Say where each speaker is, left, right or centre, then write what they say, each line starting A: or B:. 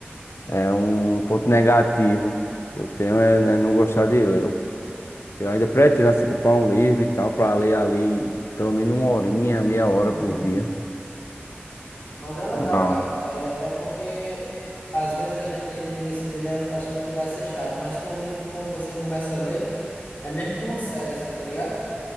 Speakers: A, on the left (about 80°); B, on the left (about 45°).
A: é um ponto negativo que eu tenho é, né, não gostar de ler. Eu, eu ainda pretendo assim, comprar um livro e tal para ler ali pelo menos uma horinha, meia hora
B: Uhum.
A: por dia.
B: Mas é legal,
A: Da
B: cara.
A: hora.
B: É, é porque às vezes a gente tem preguiça de ler achando que vai ser chato. Mas tem um livro que quando você começa a ler, é mesmo que uma série, assim, tá ligado?